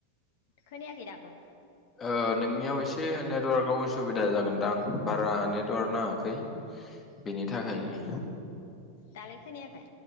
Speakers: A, on the left (about 50°); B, on the left (about 25°).
A: खोनायाखै दाबो।
B: ओ नोंनियाव एसे नेटवार्कआव उसुबिदा जागोनदां बारा नेटवार्क। नाङाखै। बेनि थाखायनो
A: अ दालाय खोनायाखै।